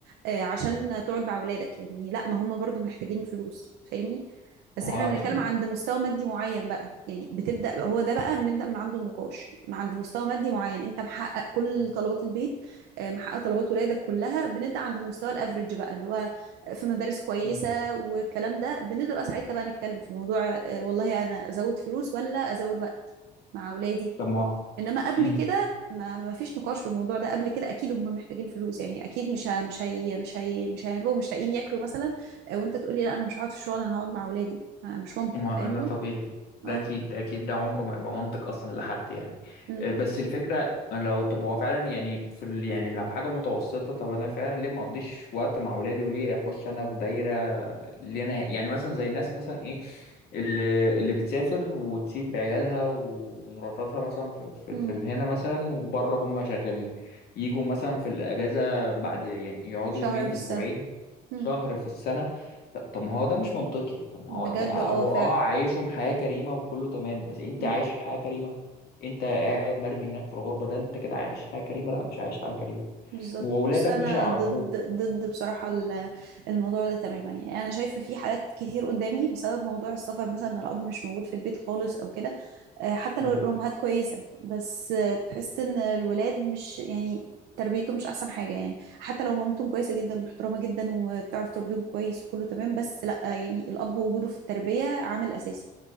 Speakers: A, on the right (about 85°); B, on the left (about 70°).
A: آه، عشان تقعد مع اولادك يعني لا ما هم برضو محتاجين فلوس فاهمني بس
B: ما
A: احنا
B: هو
A: بنتكلم
B: أكيد
A: عند مستوى مادي معين بقى يعني بتبدا هو ده بقى بنبدا من عنده النقاش عند مستوى مادي معين انت محقق كل
B: مم.
A: طلبات البيت آه، محقق طلبات ولادك كلها بنبدا عند المستوى الافريج بقى اللي هو في مدارس كويسه
B: مم.
A: والكلام ده بنبقى ساعتها بقى نتكلم في موضوع آه، والله انا ازود فلوس ولا ازود وقت مع اولادي
B: طب ما
A: انما قبل
B: مم.
A: كده ما ما فيش نقاش في الموضوع ده قبل كده اكيد هم محتاجين فلوس يعني اكيد مش ه... مش هي... مش هي... مش هيبقوا مش لاقيين ياكلوا مثلا آه، وانت تقول لي لا انا مش هقعد في الشغل انا هقعد مع اولادي ما- مش منطق
B: ما
A: فاهمني
B: ده طبيعي ده
A: اه
B: اكيد ده اكيد ده عمره ما يبقى منطق اصلا لحد يعني
A: امم
B: آه، بس الفكره لو طب هو فعلا يعني في ال... يعني لو حاجه متوسطه طب انا فعلا ليه ما اقضيش وقت مع اولادي وليه اخش انا في دايره اللي انا يعني مثلا زي الناس مثلا ايه اللي اللي بتسافر وتسيب عيالها و- ومراتاتها مثلا في, في,
A: امم
B: في هنا مثلا وبره هم شغالين يجوا مثلا في الاجازه بعد يعني يقعدوا
A: شهر
B: يومين
A: في السنة
B: اسبوعين
A: امم
B: شهر في السنه ط- طب ما هو ده مش منطقي طب ما
A: بجد
B: هو ده هو
A: اه فعلا
B: اه عايشهم حياة كريمة وكله تمام بس انت
A: مم.
B: عايش حياة كريمة انت قاعد مرمي هناك في الغربة ده انت كده عايش حياة كريمة لا مش عايش حياة كريمة
A: بالظبط
B: واولادك
A: بص انا
B: مش هيعرفوه
A: ضد ضد بصراحه ال- الموضوع ده تماما يعني انا شايفه في حالات كتير قدامي بسبب موضوع السفر مثلا إن الاب مش موجود في البيت خالص او كده آه، حتى
B: مم.
A: لو الامهات كويسه بس آه، بتحس ان الولاد مش يعني تربيتهم مش احسن حاجه يعني حتى لو مامتهم كويسه جدا ومحترمه جدا وبتعرف تربيهم كويس وكله تمام بس لا يعني الاب وجوده في التربيه عامل اساسي